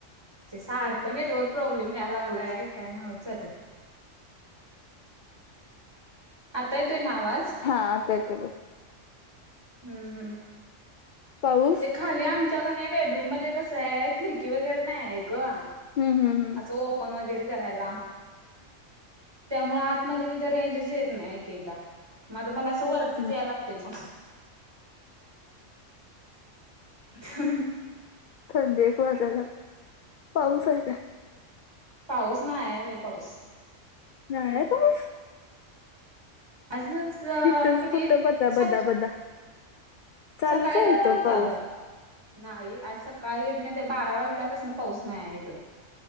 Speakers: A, on the right; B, on the left.
A: ते सारखं नेटवर्क प्रॉब्लेम लागलाय काय नव्हचं बाई. आताय येतो ना आवाज.
B: हा आता येतोय.
A: हम् हम्म
B: पाऊस
A: ते खाली आमच्याकडे बेडरूम आहे खिडकी वगैरे नाही आहे गं
B: हम्म हम्म हम्म
A: असं ओपन वगैरे करायला. त्यामुळें आत मध्ये तिथं रेंजच येत नाही एक एकदा मगता मला असं वरतीच
B: हम्म.
A: यायला लागतंय मग, ह <unintelligible>
B: थंडी एक वाजायला लागली पाऊस आहे.
A: पाऊस नाही आहे बाइ पाऊस
B: नाही आहे पाऊस!
A: आज अं,
B: हितच
A: किती
B: फक्त बदा, बदा,
A: सक
B: बदा चालूच
A: सकाळी
B: आहे
A: तेवडा
B: इथं
A: होता
B: पाऊस.
A: ब नाही आज सकाळी येते मा बारा वाजल्यापासून पाऊस नाही आहे इकडं